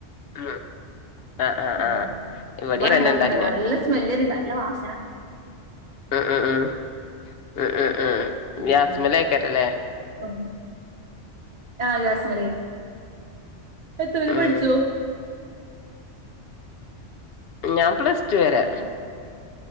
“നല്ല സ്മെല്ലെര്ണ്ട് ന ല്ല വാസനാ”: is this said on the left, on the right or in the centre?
Right